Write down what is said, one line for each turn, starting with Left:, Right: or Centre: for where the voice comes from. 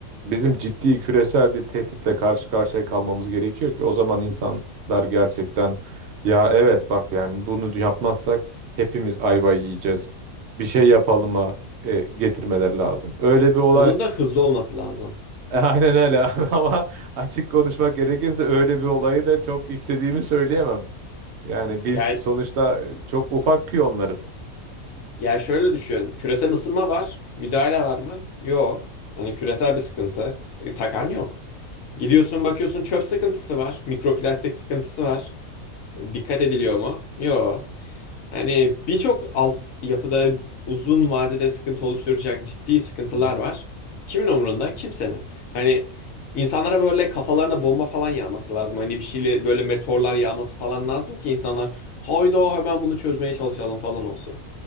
Right: Bizim ciddi küresel bir tehditle karşı karşıya kalmamız gerekiyor ki o zaman insanlar gerçekten ya evet bak yani bunu yapmazsak hepimiz ayva yiyeceğiz. Bir şey yapalım'a e, getirmeleri lazım. Öyle bir olay
Left: Onun da hızlı olması lazım.
Right: <laughs> aynen öyle <laughs> ama açık konuşmak gerekirse öyle bir olayı da çok istediğimi söyleyemem. Yani biz
Left: Yani
Right: sonuçta e, çok ufak piyonlarız.
Left: ya şöyle düşün. Küresel ısınma var. Müdahale var mı? Yok. Hani küresel bir sıkıntı. E, Takan yok. Gidiyorsun bakıyorsun çöp sıkıntısı var. Mikroplastik sıkıntısı var. Dikkat ediliyor mu? Yok. Hani birçok alt yapıda uzun vadede sıkıntı oluşturacak ciddi sıkıntılar
Right: Hı hı.
Left: var. Kimin umrunda? Kimsenin. Hani insanlara böyle kafalarına bomba falan yağması lazım. Hani bir şeyle böyle meteorlar yağması falan lazım ki insanlar hayda hemen bunu çözmeye çalışalım falan olsun.